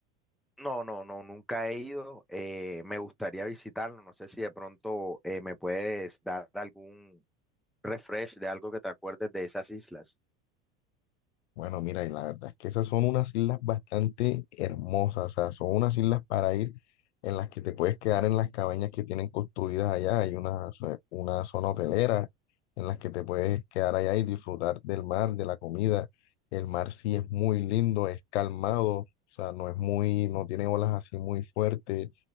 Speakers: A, in the centre; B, on the left.
A: No, no, no, nunca he ido. eh, me gustaría visitarlo. No sé si de pronto eh, me puedes dar algún refresh de algo que te acuerdes de esas islas.
B: Bueno, mira, y la verdad es que esas son unas islas bastante hermosas, o sea, son unas islas para ir en las que te puedes quedar en las cabañas que tienen construidas allá, hay una, zo- una zona hotelera en las que te puedes quedar allá y disfrutar del mar, de la comida. El mar sí es muy lindo, es calmado, o sea, no es muy, no tiene olas así muy fuertes.